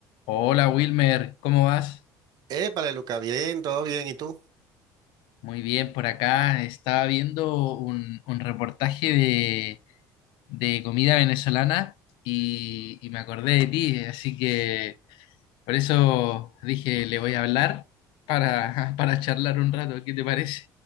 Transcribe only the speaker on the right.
Épale, Luca, bien, todo bien. ¿Y tú?